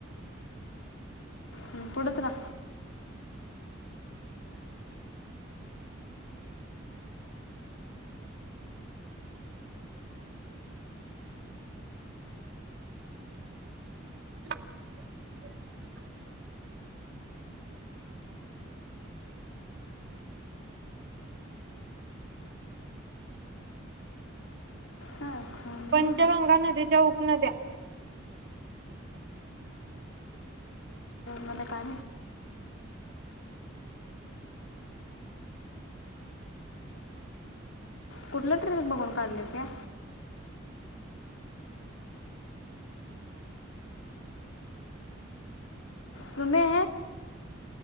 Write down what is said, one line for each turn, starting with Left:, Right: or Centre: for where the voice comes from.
Left: हम् बोलत रहा
Right: <inaudible>
Left: हा खोंदे
Right: पंचगंगा नदीच्या उपनद्या
Left: मध का कुठलं ट्रे बघून काढल्याची या सुमे